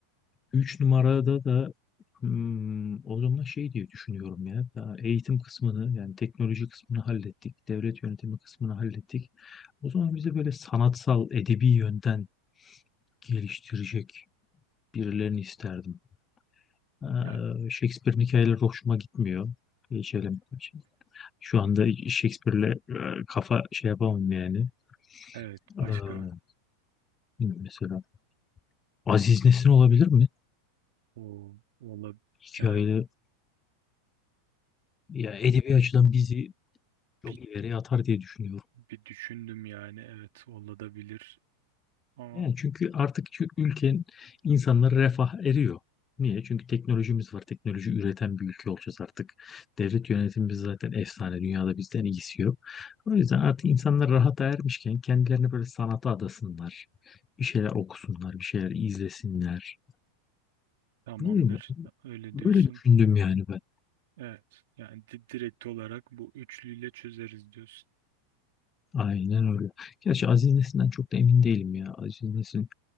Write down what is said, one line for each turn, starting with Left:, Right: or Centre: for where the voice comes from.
Left: Üç numarada da hmm, o zaman şey diye düşünüyorum ya. Daha eğitim kısmını yani teknoloji kısmını hallettik. Devlet yönetimi kısmını hallettik. O zaman bize böyle sanatsal, edebi yönden geliştirecek birilerini isterdim. Ee,
Right: Yani
Left: Shakespeare'in hikayeleri hoşuma gitmiyor. Geçelim. Şu anda Shakespeare'le e, kafa şey yapamam yani.
Right: evet
Left: Ee,
Right: başka
Left: mesela Aziz Nesin olabilir mi?
Right: o ola
Left: Hikayeleri
Right: yani
Left: ya edebi açıdan bizi çok
Right: bir,
Left: ileriye atar diye düşünüyorum.
Right: bir düşündüm yani evet olabilir ama
Left: Yani çünkü artık şu ülkenin insanları refah eriyor. Niye? Çünkü teknolojimiz var. Teknoloji üreten bir ülke olacağız artık. Devlet yönetimimiz zaten efsane. Dünyada bizden iyisi yok. O yüzden artık insanlar rahata ermişken kendilerini böyle sanata adasınlar. Bir şeyler okusunlar, bir şeyler izlesinler.
Right: tamamdır
Left: Ne bileyim,
Right: öyle
Left: Böyle
Right: diyorsun.
Left: düşündüm yani ben.
Right: Evet yani di- direkt olarak bu üçlüyle çözeriz diyorsun.
Left: Aynen öyle. Gerçi Aziz Nesin'den çok da emin değilim ya. Aziz Nesin